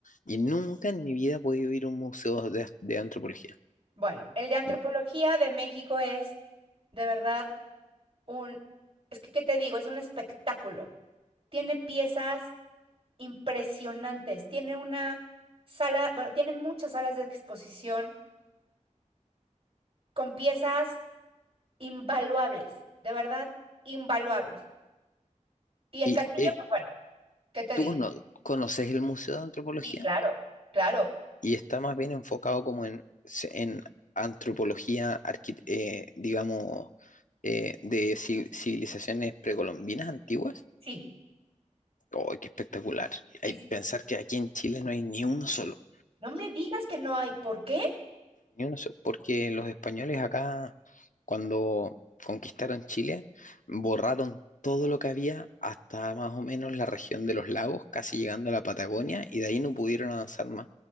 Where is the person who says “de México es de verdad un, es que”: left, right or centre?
Right